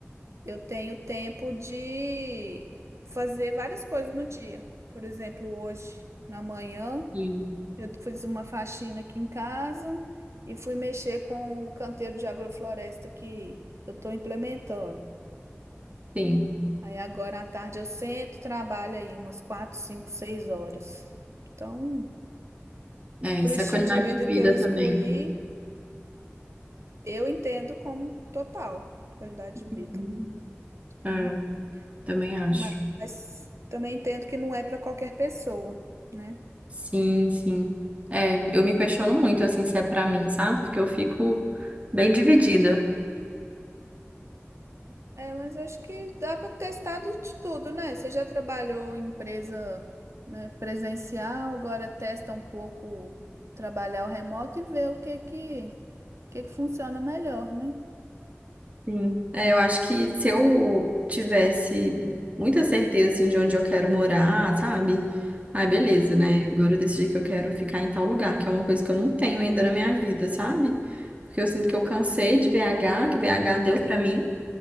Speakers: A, on the right; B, on the right.
A: eu tenho tempo de fazer várias coisas no dia. Por exemplo, hoje, na manhã,
B: Sim,
A: eu fiz uma faxina aqui em casa e fui mexer com o canteiro de agrofloresta que eu estou implementando.
B: sim.
A: Aí agora à tarde eu sento, trabalho aí umas quatro, cinco, seis horas. Então,
B: É, isso
A: pro estilo
B: é qualidade
A: de vida
B: de vida
A: que eu escolhi,
B: também.
A: eu entendo como total qualidade de
B: Uhum.
A: vida,
B: É,
A: né?
B: também acho.
A: Mas, mas também entendo que não é para qualquer pessoa, né?
B: Sim, sim. É, eu me questiono muito, assim, se é pra mim, sabe? Porque eu fico bem dividida.
A: É, mas acho que dá para testar do- de tudo, né? Você já trabalhou em empresa, né, presencial, agora testa um pouco trabalhar o remoto e ver o que que, o que que funciona melhor, né?
B: Sim. É, eu acho que se eu tivesse muita certeza, assim, de onde eu quero morar, sabe? Ah, beleza,
A: Uhum.
B: né? Agora eu decidi que eu quero ficar em tal lugar, que é uma coisa que eu não tenho ainda na minha vida, sabe? Porque eu sinto que eu cansei de BH, que BH deu pra mim.